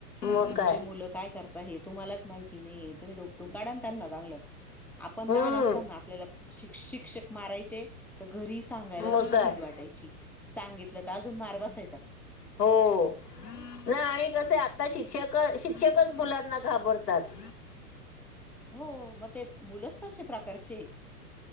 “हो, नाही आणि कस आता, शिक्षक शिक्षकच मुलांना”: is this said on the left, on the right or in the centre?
Left